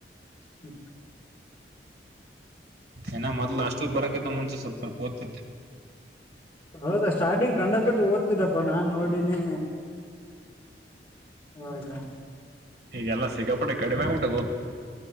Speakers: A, on the left; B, on the right.
A: ಹೂ
B: ಏನ ಮೊದ್ಲು ಅಷ್ಟುಲ್ ಬರಕೈತ ಮುಂಚೆ ಸ್ವಲ್ಪ ಸ್ವಲ್ಪ. ಓದ್ತಿದ್ದೆ
A: ಹೌದಾ ಸ್ಟಾರ್ಟಿಂಗ್ ಕಖಂಡಪಟ್ಟು ಓದ್. ಗತಿದಪ್ಪ ನಾನ್ ನೋಡಿನಿ, ಇವಾಗ.
B: ಈಗೆಲ್ಲ ಸಿಕ್ಕಾಪಟ್ಟೆ ಕಡಿಮೆ ಹೊದು.